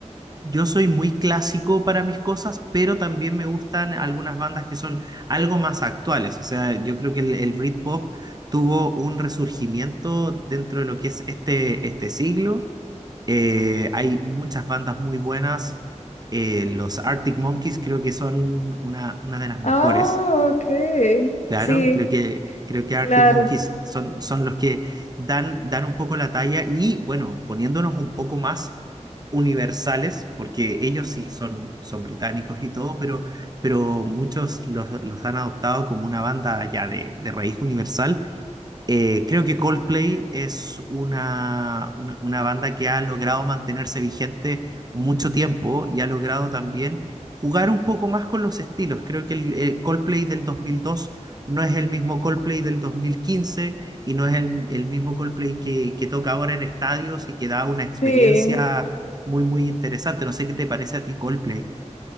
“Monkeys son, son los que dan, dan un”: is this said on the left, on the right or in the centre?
Right